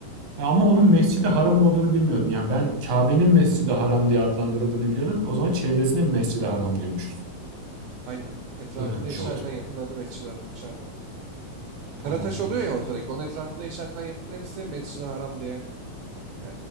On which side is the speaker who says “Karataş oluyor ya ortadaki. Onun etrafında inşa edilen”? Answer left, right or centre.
Right